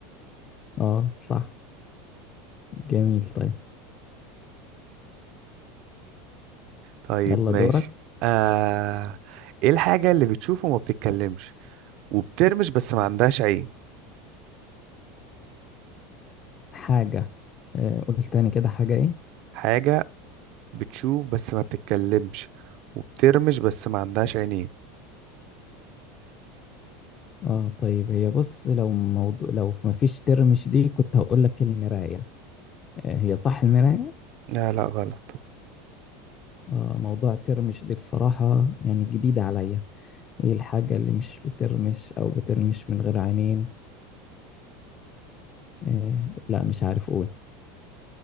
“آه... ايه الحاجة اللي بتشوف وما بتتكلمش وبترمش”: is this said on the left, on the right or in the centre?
Right